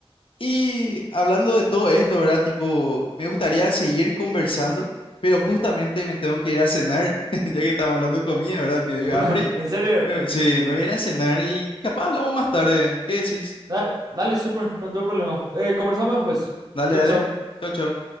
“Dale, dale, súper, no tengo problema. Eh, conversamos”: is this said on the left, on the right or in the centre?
Right